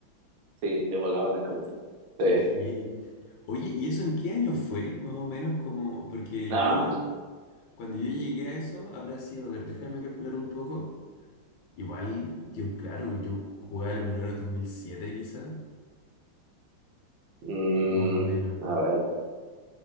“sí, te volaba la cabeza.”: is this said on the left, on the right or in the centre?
Right